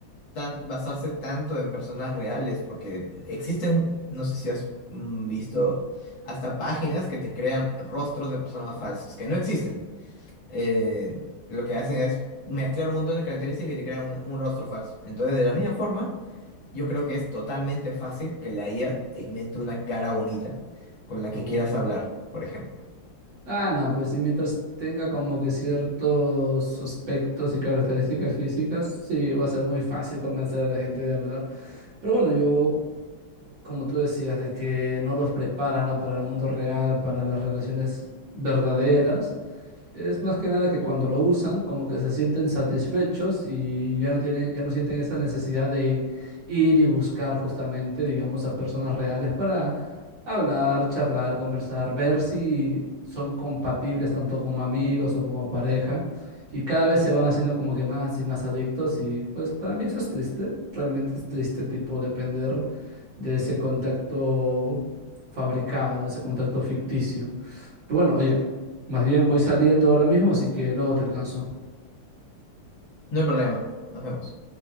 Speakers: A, on the left; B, on the right.
A: tan, basarse tanto en personas reales, porque existen, no sé si has mm, visto, hasta páginas que te crean rostros de personas falsas, que no existen. Eh, lo que hacen es mezclar un montón de características y te crean un, un rostro falso. Entonces, de la misma forma, Yo creo que es totalmente fácil que la IA te invente una cara bonita con la
B: uy.
A: que quieras hablar, por ejemplo.
B: Ah, no, pues sí, mientras tenga como que ciertos aspectos y características físicas, sí, va a ser muy fácil convencer a la gente de hablar. Pero bueno, yo como tú decías, de que no los prepara, ¿no? Para el mundo real, para las relaciones verdaderas. Es más que nada que cuando lo usan, como que se sienten satisfechos y ya no tienen, ya no sienten esa necesidad de ir y buscar justamente, digamos, a personas reales para hablar, charlar, conversar, ver si son compatibles tanto como amigos o como pareja. Y cada vez se van haciendo como que más y más adictos y pues para mí eso es triste, realmente es triste, tipo, depender de ese contacto fabricado, de ese contacto ficticio. Pero bueno, oye, más bien voy saliendo ahora mismo, así que luego te alcanzo.
A: No hay problema. Nos vemos.